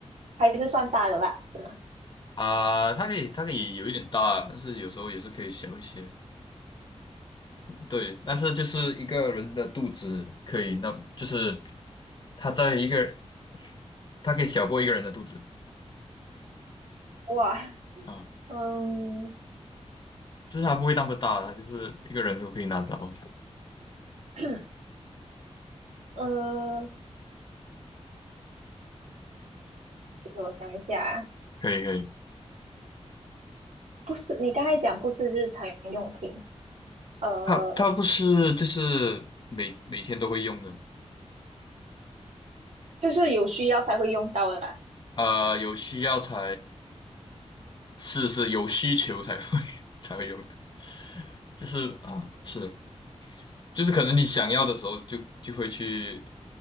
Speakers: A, on the right (about 80°); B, on the left (about 40°).
A: 还是算大的啦，是吗？
B: 啊，它可以，它可以有一点大，但是有时候也是可以小一些。对，但是就是一个人的肚子可以，那就是它在一个，它可以小过一个人的肚子
A: 哇，
B: 啊，
A: 嗯。
B: 就是它不会那么大，它就是一个人都可以拿到。
A: <clears throat> 呃，给我想一下，
B: 可以可以，
A: 不是，你刚才讲不是日常用品，呃，
B: 它它不是就是每每天都会用的，
A: 就是有需要才会用到啦。
B: 呃，有需要才是是有需求才会 <laughs> 才会用的，就是啊，是。就是可能你想要的时候就就会去，